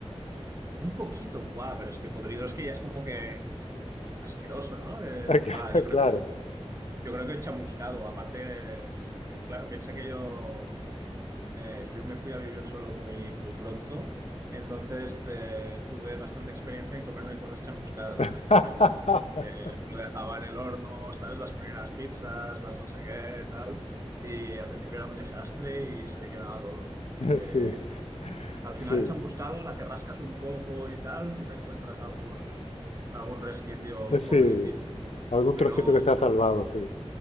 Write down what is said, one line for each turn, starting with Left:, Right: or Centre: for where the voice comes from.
Right: Un poquito, guau, pero es que podrido es que ya es como que asqueroso, ¿no? Eh,
Left: <laughs>
Right: guau, yo creo
Left: Claro.
Right: Yo creo que he chamuscado. Aparte, que, claro, piensa que yo, eh, yo me fui a vivir solo muy, muy pronto. Entonces te- tuve bastante experiencia en comerme cosas chamuscadas al
Left: <laughs>
Right: principio. Que me lo dejaba en el horno, ¿sabes? Las primeras pizzas, las no sé qué, tal. Y al principio era un desastre y se me quemaba todo. Así que
Left: Sí.
Right: al
Left: Sí,
Right: final, chamuscado, a la que rascas un poco y tal, siempre encuentras algún, algún resquicio
Left: eh, sí,
Right: comestible.
Left: algún
Right: Pero,
Left: trocito que se ha salvado, sí.